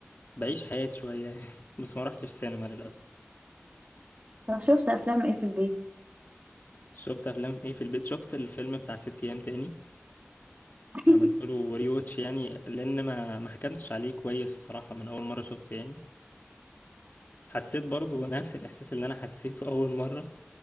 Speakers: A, on the left (about 45°); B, on the right (about 35°).
A: بعيش حياتي شوية <laughs> يعني بس ما رحتش سينما للأسف
B: طب شفت افلام ايه في البيت
A: شفت أفلام ايه في البيت شفت الفيلم بتاع ست أيام تاني
B: <laughs>
A: عملت له ريوتش يعني لأن ما ما حكمتش عليه كويس صراحة من أول مرة شفته يعني حسيت برضو نفس الإحساس اللي أنا حسيته أول مرة